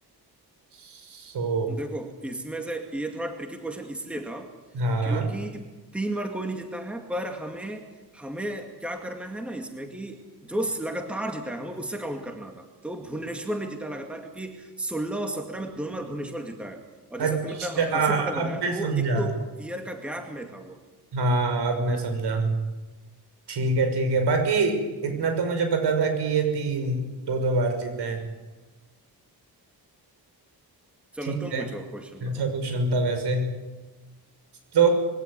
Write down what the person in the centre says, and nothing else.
देखो इसमें से ये थोड़ा ट्रिकी क्वेश्चन इसलिए था
क्योंकि तीन बार कोई नहीं जीता है पर हमें हमें क्या करना है ना इसमें कि जो लगातार जीता है हमें उससे काउंट करना था तो भुवनेश्वर ने जीता लगातार क्योंकि सोलह और सत्रह में दोनों बार भुवनेश्वर जीता है और जैसे
तुमने हर्षद पटेल बताया
तो वो
एक दो ईयर का गैप में था वो
चलो
तुम
पूछो क्वेश्चन बताओ